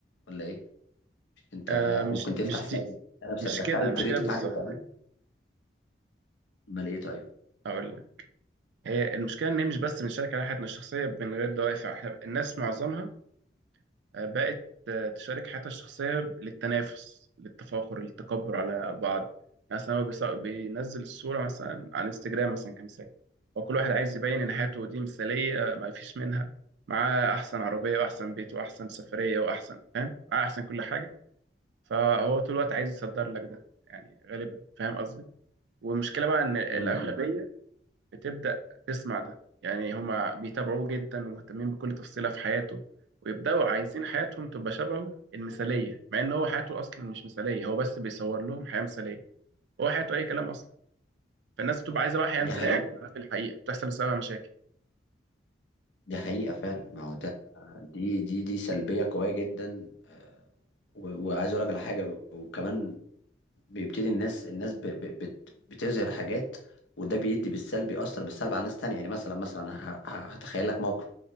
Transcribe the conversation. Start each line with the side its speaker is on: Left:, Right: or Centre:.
Left: ولا ايه انت
Right: آه مش
Left: ممكن تفتح
Right: مش
Left: سلايد
Right: دي
Left: تلاقي نفسك
Right: مش
Left: دخلت
Right: كده مش
Left: بيت
Right: كده بالظبط
Left: حد تقريبا امال ايه طيب
Right: هقول لك هي المشكله ان هي مش بس بنشارك على حياتنا الشخصيه من غير دوافع إحنا- الناس معظمها آه، بقت آه، تشارك حياتها الشخصية للتنافس للتفاخر للتكبر على بعض يعني مثلا هو بيص- بينزل الصورة مثلا على الانستجرام مثلا كمثال هو كل واحد عايز يبين إن حياته دي مثالية ما فيش منها معاه أحسن عربية وأحسن بيت وأحسن سفرية وأحسن فاهم معاه أحسن كل حاجة فهو طول الوقت عايز يصدر لك ده يعني غالبا فاهم قصدي والمشكلة بقى إن الأغلبية
Left: امم
Right: بتبدأ تسمع ده يعني هما بيتابعوه جدا ومهتمين بكل تفصيلة في حياته ويبدأوا عايزين حياتهم تبقى شبهه المثالية مع إن هو حياته أصلا مش مثالية هو بس بيصور لهم حياة مثالية هو حياته أي كلام أصلا فالناس بتبقى عايزة بقى حياة
Left: دي
Right: مثالية
Left: حقيقة
Right: في الحقيقة بتحصل بسببها مشاكل
Left: دي حقيقة فعلا ما هو ده دي دي دي سلبية قوية جدا آه، و- وعايز اقول لك على حاجة وكمان بيبتدي الناس الناس ب- ب- بت- بتظهر حاجات وده بيدي بالسلب يأثر بالسلب على ناس تانية يعني مثلا مثلا ه- ه- هتخيل لك موقف